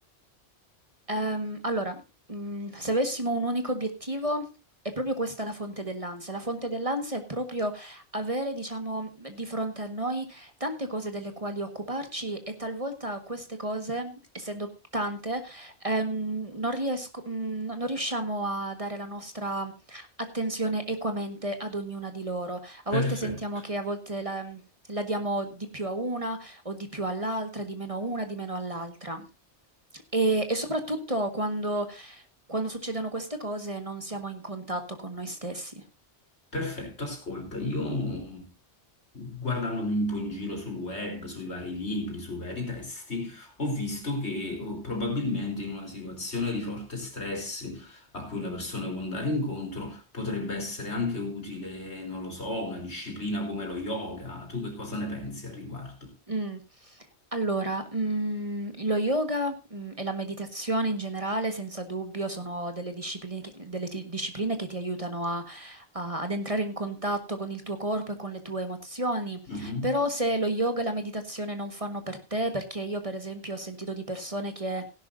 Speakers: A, on the right; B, on the left.
A: Ehm, allora, mm, se avessimo un unico obiettivo, è proprio questa la fonte dell'ansia. La fonte dell'ansia è proprio avere, diciamo, di fronte a noi tante cose delle quali occuparci e talvolta queste cose, essendo tante, ehm, non riesco- mm, no, non riusciamo a dare la nostra attenzione equamente ad ognuna di loro. A
B: Perfetto,
A: volte sentiamo che a volte la la diamo di più a una o di più all'altra, di meno a una, di meno all'altra. E, e soprattutto quando, quando succedono queste cose non siamo in contatto con noi stessi.
B: perfetto. Ascolta, io guardandomi un po' in giro sul web, sui vari libri, sui vari testi, ho visto che eh, probabilmente in una situazione di forte stress a cui una persona può andare incontro potrebbe essere anche utile, non lo so, una disciplina come lo yoga. Tu che cosa ne pensi al riguardo?
A: Mm. Allora, mm, lo yoga, mm, e la meditazione in generale, senza dubbio, sono delle discipline che, delle ti- discipline che ti aiutano a- a- ad entrare in contatto con il tuo corpo e con le tue emozioni.
B: Mhm.
A: Però se lo yoga e la meditazione non fanno per te, perché io per esempio ho sentito di persone che